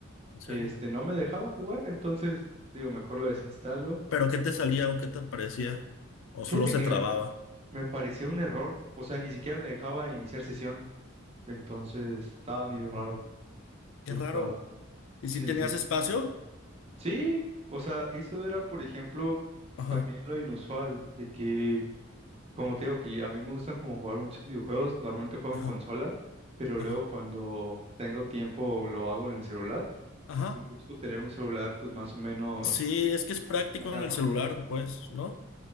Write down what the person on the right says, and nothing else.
este no me dejaba jugar, entonces digo, mejor lo desinstalo.
Fíjate
que
me, me parecía un error, o sea, ni siquiera me dejaba iniciar sesión. Entonces estaba medio
raro.
Estaba.
Sí,
sí. Sí,
Sí, o sea, eso era, por ejemplo,
también lo inusual, de que, como te digo, que a mí me gustan como jugar muchos videojuegos, normalmente juego
en consola, pero
luego cuando tengo tiempo lo hago en el celular
y busco tener un celular pues más o menos
a una gama
media.